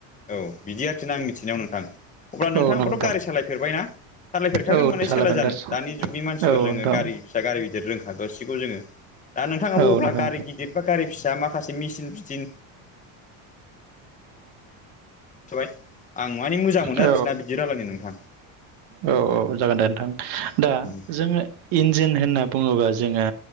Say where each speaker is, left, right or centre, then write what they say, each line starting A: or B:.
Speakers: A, on the left; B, on the right.
A: औ बिदि आरोखि आं मिथिनायाव नोंथां अब्ला
B: औ
A: नोंथां
B: नंगौ
A: आबोथ' गारि सा सालायफेरबायना सालायफेरखागोन
B: औ
A: माने
B: सालायबाय
A: सोलाया
B: नोंथां
A: जानो दानि जुगनि मानसिफोर
B: औ
A: जोङो
B: नोंथां
A: गारि फिसा गारि गिदिर रोंखागासिगखौ जोङो दा नोंथाङाबाो
B: औ
A: अब्ला
B: नोंथां
A: गारि गिदिर बा गारि फिसा माखासे मेसिन फिसिन बाय आं माने मोजां मोनो
B: औ
A: आरोखि ना बिदि रायलायनो नोंथां
B: औ औ जागोन दे नोंथां दा
A: उम
B: जोङो इन्जिन होनना बुङोबा जोङो